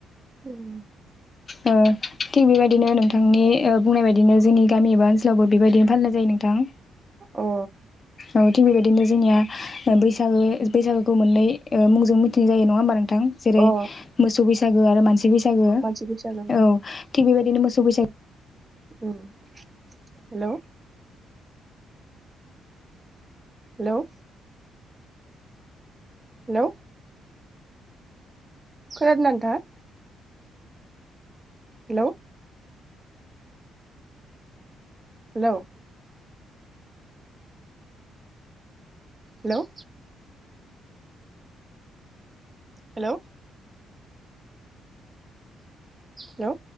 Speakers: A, on the right (about 25°); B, on the left (about 35°).
A: उम
B: ओ थिग बेबायदिनो नोंथांनि ओ बुंनाय बायदिनो जोंनि गामि एबा ओनसोलावबो बेबायदिनो फालिनाय जायो नोंथां।
A: अ
B: औ थिग बेबायदिनो जोंनिया बैसागो बैसागोखौ मोननै मुंजों ओ मिथिनाय जायो नङा होमबा नों थां जेरै-
A: अ
B: मोसौ बैसा गो आरो मानसि बैसा सागो।
A: मानसि बैसागो
B: औ थिख बेबायदिनो मोसौ बैसागो
A: ओम हेलौ हेलौ हेलौ खोनादोंना नोंथांआ hello hello hello hello hello